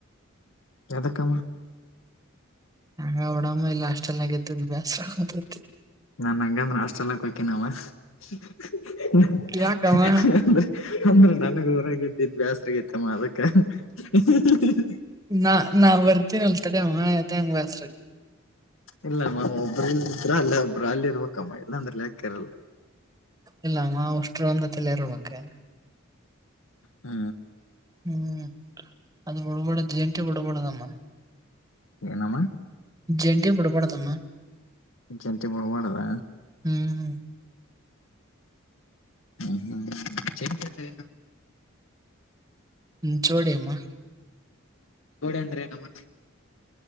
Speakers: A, on the left (about 70°); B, on the right (about 15°).
A: ಯದಕ್ಕ.
B: <unintelligible>
A: ನಾ ನಂಗಂದ್ರ ಹಾಸ್ಟೆಲ್ <unintelligible> <unintelligible>
B: ಯಾಕಮ್ಮ
A: ಅಂದ್ರ ನನಗ ಊರಾಗ್ದಿದ ಬೇಸ್ರಗತ್ತಮ್ಮ ಅದಕ್ಕ. <unintelligible>
B: ನಾ ನಾ ಬರ್ತನಲ್ಲ ತಾಡಿ <unintelligible>
A: ಇಲ್ಲಮ್ಮ ಒಬ್ರ ಇ್ರ ಅಲ್ಲಿ ಒಬರು ಅಲ್ಲಿ ಇರ್ಬೇಕಮ್ಮ ಇಲ್ಲಾಂದ್ರ ಲೆಕ್ಕಿರಾಳಲ್ಲ..
B: ಇಲ್ಲಮ್ಮ ಹಾಸ್ಟೇಲ್ ಅಂದ್ರೆ ಇಲ್ಲೇ ಇರ್ಬೇಕು.
A: ಹಾ
B: ಹ್ಮ್ ಅದು ಬಿಡ್ಬಡದು ಜಂಟಿ ಬಿಡಬಾರದಮ್ಮ
A: ಏನಮ್ಮ
B: ಜಂಟಿ ಬಿಡ್ಬಾರ್ದಮ್ಮ
A: ಜಂಟಿ ಬಿಡಬಾರದ.
B: ಹ್ಮ್.
A: ಹ್ಮ್ ಹ್ಮ್ ಜಂಟಿ ಅಂದ್ರ ಏನಮ್ಮ
B: ಹ್ಮ ಜೋಡಿಯಮ್ಮ.
A: ಅಂದ್ರೆ ನಮ್ಮ.